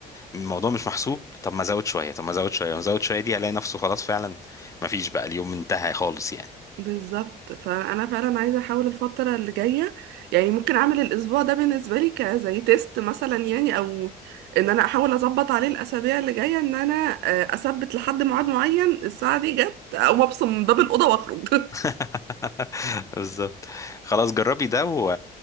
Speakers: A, on the left (about 20°); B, on the right (about 80°).
A: الموضوع مش محسوب طب ما ازود شويه طب ما ازود شويه ما ازود شويه دي الاقي نفسه خلاص فعلا ما فيش بقى اليوم انتهى خالص يعني
B: بالظبط فانا فعلا عايزه احاول الفتره اللي جايه يعني ممكن اعمل الاسبوع ده بالنسبه لي كزي تيست مثلا يعني او ان انا احاول اظبط عليه الاسابيع اللي جايه ان انا آه، اثبت لحد ميعاد معين الساعه دي جت اقوم ابصم من باب الاوضه واخرج
A: <laughs> بالظبط خلاص جربي ده و...